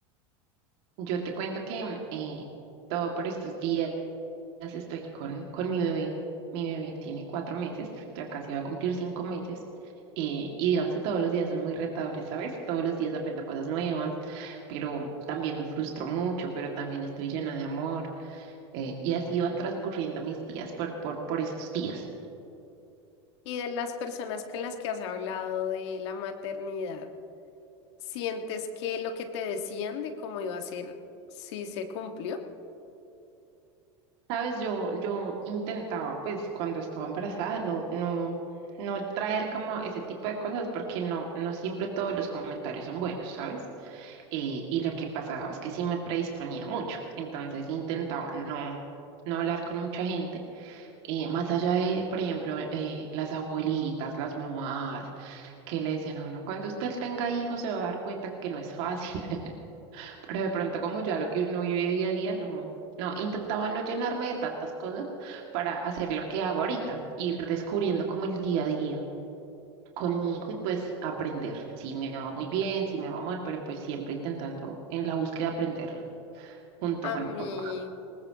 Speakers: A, on the right; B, on the left.
A: Yo te cuento que eh, todo por estos días estoy con, con mi bebé. Mi bebé tiene cuatro meses, ya casi va a cumplir cinco meses. eh, y digamos que todos los días son muy retadores, ¿sabes? Todos los días aprendo cosas nuevas, pero también me frustro mucho, pero también estoy llena de amor. eh, y así van transcurriendo mis días por, por, por estos días.
B: Y de las personas con las que has hablado de la maternidad, ¿sientes que lo que te decían de cómo iba a ser sí se cumplió?
A: Sabes, yo, yo intentaba, pues cuando estaba embarazada, no, no, no traer como ese tipo de cosas, porque no, no siempre todos los comentarios son buenos, ¿sabes? Eh, y lo que pasaba es que sí me predisponía mucho, entonces intentaba no, no hablar con mucha gente, eh, más allá de, por ejemplo, eh, las abuelitas, las mamás, que le decían a uno, cuando usted tenga hijos se va a dar cuenta que no es fácil. <laughs> Pero de pronto como ya lo que uno vive día a día, no, no, intentaba no llenarme de tantas cosas para hacer lo que hago ahorita, ir descubriendo como el día a día con mi hijo y pues aprender. Si me va muy bien, si me va mal, pero pues siempre intentando en la búsqueda aprender junto
B: A
A: con
B: mí,
A: el papá.